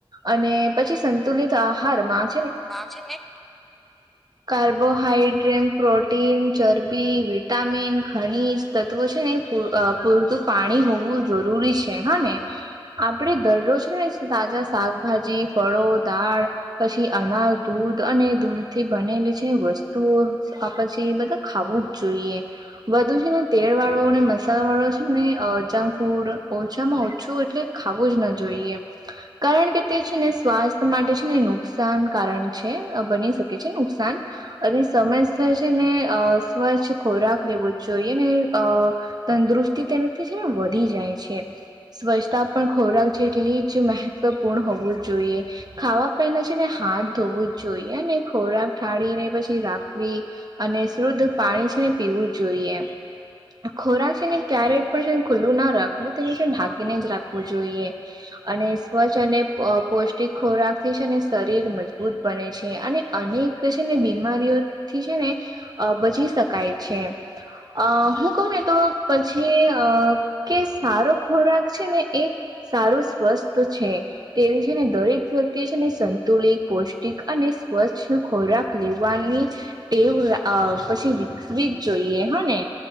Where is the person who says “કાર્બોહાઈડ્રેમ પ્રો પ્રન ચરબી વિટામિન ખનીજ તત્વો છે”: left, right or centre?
Right